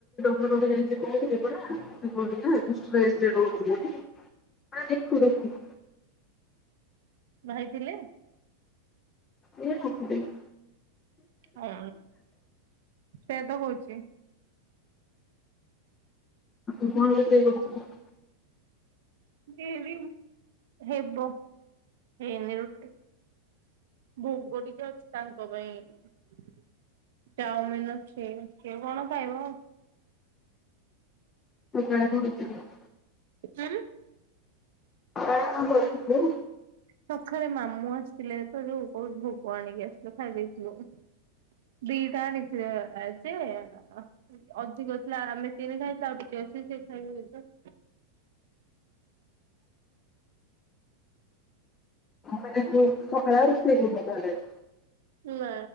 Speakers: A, on the left; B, on the right.
A: କହୁଥିଲୁ ନା ତୁ ଷ୍ଟ୍ରେସରେ ରହୁଥିଲୁ ହା ଦେଖୁ ଦେଖୁ।
B: ଭାଇଥିଲେ।
A: ଇଏ ଆସିବେନି।
B: ହଁ ସେୟା ତ କହୁଛି।
A: ତୁ କଣ ଦେଖେଇବାକୁ କହୁଥିଲୁ?
B: ଯିବି ହେବ ହେଇନି ରୁପି। ଭୋଗ ଟିକେ ଅଛି ତାଙ୍କ ପାଇଁ। ଚାଉମିିନ ଅଛି ସିଏ କଣ ଖାଇବ?
A: <unintelligible>
B: <inaudible>
A: <inaudible>
B: ସଖାଳେ ମାମୁଁ ଆସିଥିଲେ ତ ଯଉ ବହୁତ ଭୋଗ ଆଣିକି ଆସିଲ ଖାଇଦେଇଥିଲୁ। <unintelligible> ଅଧିକ ଥିଲା ଆମେ ତିନି ଖାଇଥିଲୁ ଆଉ ଟିକେ ଅଛି ସେ ଖାଇବେ ବୋଧେ।
A: ମାନେ ତୁ ସକାଳ <unintelligible>
B: ନା